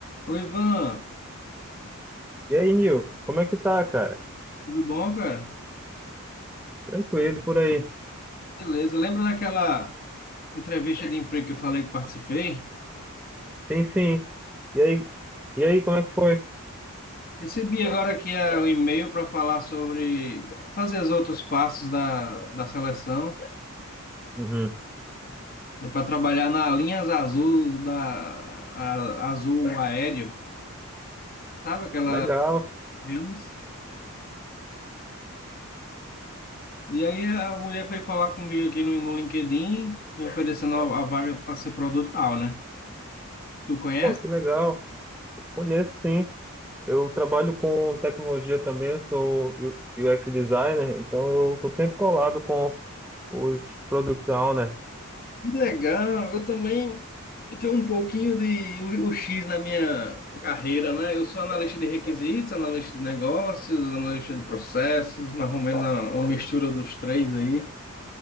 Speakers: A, on the left; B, in the centre.
A: Oi, Ivan,
B: E aí, Nil, como é que tá, cara?
A: tudo bom, cara?
B: Tranquilo por aí.
A: Beleza, lembra daquela entrevista de emprego que eu falei que participei?
B: Sim, sim. E aí, e aí, como é que foi?
A: Recebi agora aqui é, um e-mail para falar sobre fazer os outros passos da, da seleção
B: Uhum.
A: para trabalhar na linhas azul da a- azul aéreo, sabe aquela?
B: Legal.
A: Vênus? E aí a mulher foi falar comigo aqui no, no LinkedIn, me oferecendo a, a vaga para ser produtor, né? Tu conhece?
B: Pô, que legal. Conheço, sim. Eu trabalho com tecnologia também, eu sou U- UX designer, então eu tô sempre colado com os product owner.
A: Que legal, eu também tenho um pouquinho de o, o X na minha carreira, né? Eu sou analista de requisitos, analista de negócios, analista de processos, mais ou menos uma, uma mistura dos três aí.